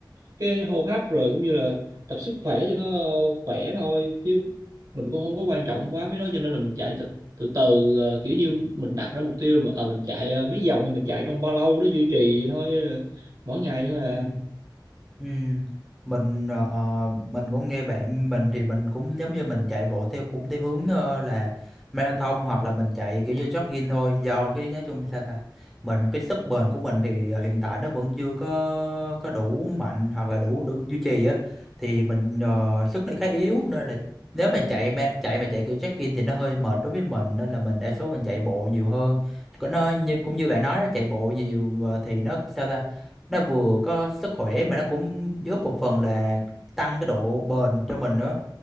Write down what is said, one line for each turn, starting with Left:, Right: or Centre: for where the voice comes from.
Right: cái hô hấp rồi cũng như là tập sức khỏe cho nó ờ, khỏe thôi chứ mình cũng không có quan trọng quá mấy đó cho nên là mình chạy từ từ, từ ờ, kiểu như mình đặt ra mục tiêu rồi mà ờ, mình chạy ờ, mấy vòng mình chạy trong bao lâu đó duy trì vậy thôi ờ, mỗi ngày thôi à
Centre: ừ Ừ. Mình ờ, ờ, mình cũng nghe bạn mình thì mình cũng giống như mình chạy bộ theo cũng theo hướng ờ, là marathon hoặc là mình chạy kiểu như jogging thôi do cái nói chung sao ta mình cái sức bền của mình thì hiện tại nó vẫn chưa có có đủ mạnh hoặc là đủ đủ duy trì á thì mình ờ, sức nó khá yếu nên là nếu mà chạy mà chạy mà chạy kiểu jogging thì nó hơi mệt đối với mình nên là mình đa số mình chạy bộ nhiều hơn có nó như cũng như bạn nói đó, chạy bộ nhiều ờ, thì nó sao ta nó vừa có sức khỏe mà nó cũng giúp một phần là tăng cái độ bền cho mình nữa